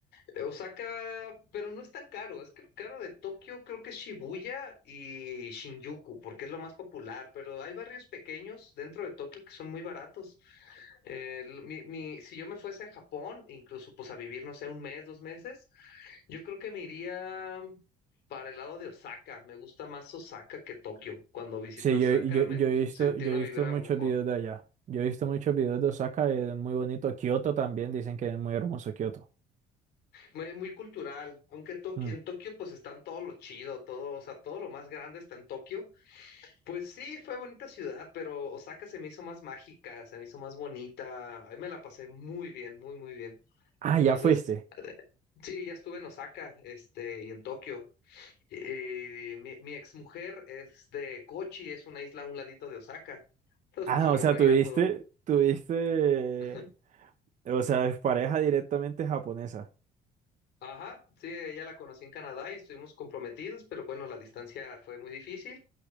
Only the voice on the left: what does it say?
eh, Osaka, pero no es tan caro. Es que lo caro de Tokio creo que es Shibuya y Shinjuku, porque es lo más popular. Pero hay barrios pequeños dentro de Tokio que son muy baratos. Eh, l- mi- mi- si yo me fuese a Japón, incluso pues a vivir, no sé, un mes, dos meses, yo creo que me iría para el lado de Osaka. Me gusta más Osaka que Tokio. Cuando visité
Osaka
me
gus-
sentí
una
vibra
mejor.
Muy, muy cultural, aunque Tok-
en Tokio pues están todo lo chido, todo, o sea, todo lo más grande está en Tokio Pues sí, fue bonita ciudad, pero Osaka se me hizo más mágica, se me hizo más bonita. Ahí me la pasé muy bien, muy, muy bien.
Entonces,
sí, ya estuve en Osaka, este, y en Tokio. Eh, mi, mi exmujer es de Kochi, es una isla a un ladito de Osaka. Entonces,
pues a lo
mejor ahí
ya puedo.
<laughs>
Ajá, sí, ella la conocí en Canadá y estuvimos comprometidos, pero bueno, la distancia fue muy difícil.